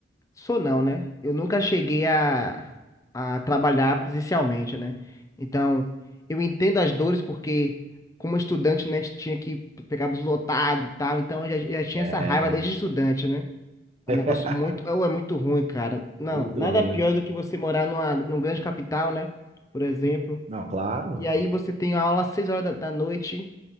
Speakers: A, on the left; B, on the right.
A: Sou não, né? Eu nunca cheguei a, a trabalhar presencialmente, né? Então, eu entendo as dores porque, como estudante, né, a gente tinha que pegar bus lotado e tal, então eu já, eu já tinha
B: é
A: essa raiva desde estudante, né? É
B: <laughs>
A: um negócio muito, é é muito ruim, cara. Não,
B: muito
A: nada
B: ruim.
A: pior do que você morar numa, numa grande capital, né? Por exemplo.
B: Não, claro,
A: E aí você tem aula às 6 horas da, da noite